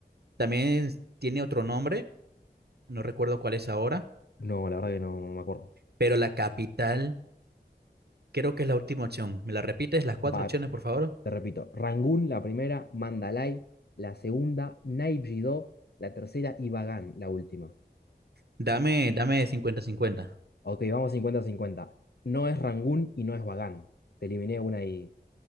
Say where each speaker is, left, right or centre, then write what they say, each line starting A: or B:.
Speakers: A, on the right; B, on the left.
A: También tiene otro nombre, no recuerdo cuál es ahora,
B: No, la verdad que no, no me acuerdo.
A: pero la capital creo que es la última opción. ¿Me la repites las cuatro
B: Ba-
A: opciones, por favor?
B: te repito, Rangún la primera, Mandalay la segunda, Naipjidó la tercera y Bagán la última.
A: Dame, dame cincuenta cincuenta
B: Ok, vamos 50 cincuenta No es Rangún y no es Bagán. Te eliminé una y